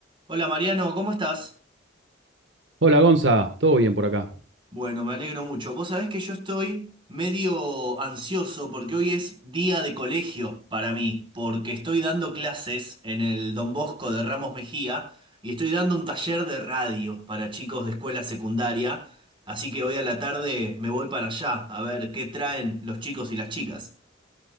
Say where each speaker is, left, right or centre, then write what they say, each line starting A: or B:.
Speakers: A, on the right; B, on the right.
A: Hola Mariano, ¿cómo estás?
B: Hola Gonza, todo bien por acá.
A: Bueno, me alegro mucho. Vos sabés que yo estoy medio ansioso porque hoy es día de colegio para mí, porque estoy dando clases en el Don Bosco de Ramos Mejía y estoy dando un taller de radio para chicos de escuela secundaria, así que hoy a la tarde me voy para allá a ver qué traen los chicos y las chicas.